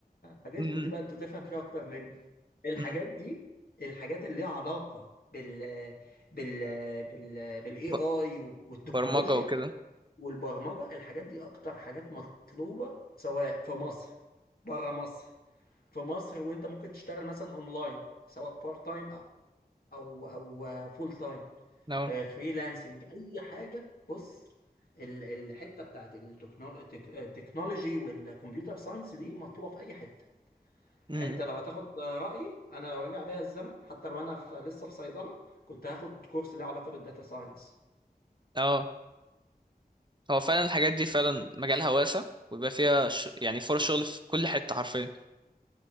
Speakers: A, on the left; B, on the right.
A: حاجاتكم
B: امم
A: دي بقى انتوا تفهم فيها اكتر مني الحاجات
B: أمم.
A: دي الحاجات اللي ليها علاقة بال بال بال بالاي
B: <laughs> ب-
A: اي والتكنولوجيا
B: برمجه وكده
A: والبرمجة الحاجات دي اكتر حاجات مطلوبة سواء في مصر بره مصر في مصر وانت ممكن تشتغل مثلا اونلاين سواء بارت تايم او او فول تايم
B: اه
A: فريلانسنج اي حاجه بص ال- الحته بتاعت التكنو- التك- التكنولوجي والكمبيوتر ساينس دي مطلوبه في اي حته
B: أمم.
A: انت لو هتاخد رايي انا لو رجع بيا الزمن حتى لو انا في لسه في صيدله كنت هاخد كورس ليه علاقه بالداتا ساينس
B: اه هو فعلا الحاجات دي فعلا مجالها واسع ويبقى فيها ش... يعني فرص شغل في كل حته حرفيا